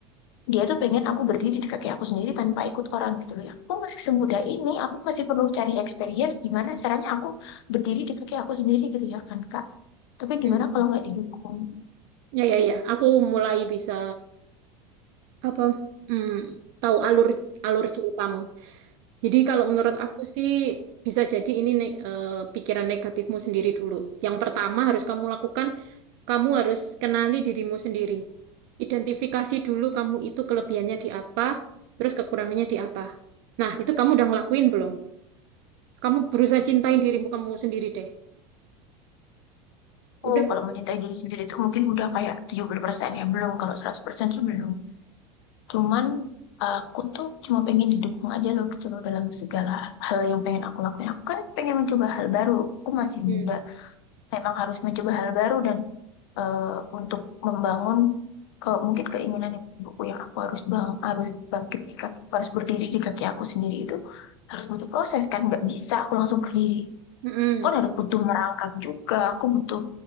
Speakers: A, on the left; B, on the right.
A: dia tuh pengen aku berdiri di kaki aku sendiri tanpa ikut orang gitu loh ya aku masih semudah ini aku masih perlu cari experience gimana caranya aku berdiri di kaki aku sendiri gitu ya kan Kak tapi gimana
B: mm.
A: kalau nggak didukung
B: Ya ya ya, aku mulai bisa apa? mm, tahu alur alur ceritamu. Jadi kalau menurut aku sih bisa jadi ini ne- eh, pikiran negatifmu sendiri dulu. Yang pertama harus kamu lakukan, kamu harus kenali dirimu sendiri. Identifikasi dulu kamu itu kelebihannya di apa, terus kekurangannya di apa. Nah, itu kamu udah ngelakuin belum? Kamu berusaha cintain dirimu kamu sendiri deh. Udah.
A: Oh, kalau mencintai diri sendiri itu mungkin udah kayak 70% ya. Belum, kalau 100% tuh belum. Cuman aku tuh cuma pengen didukung aja loh gitu loh dalam segala hal yang pengen aku lakuin. Aku kan pengen mencoba hal baru. Aku masih
B: Hmm.
A: muda. Memang harus mencoba hal baru dan eh, untuk membangun ke mungkin keinginan ibuku yang aku harus bang harus bangkit di kaki, harus berdiri di kaki aku sendiri itu harus butuh proses kan nggak bisa aku langsung berdiri
B: Mm-mm.
A: kan ada butuh merangkak juga aku butuh